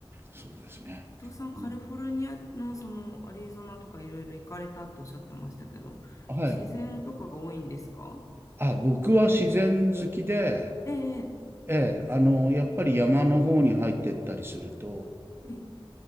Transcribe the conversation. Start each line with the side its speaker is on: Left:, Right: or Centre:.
Right: そうですね。
Left: 伊藤さん、カリフォルニアのそのアリゾナとかいろいろ行かれたっておっしゃってましたけど、
Right: うん、はい。
Left: 自然とかが多いんですか
Right: あ、僕は自然好きで、
Left: ええ、
Right: ええ、あの、やっぱり山の方に入ってったりすると、
Left: ええ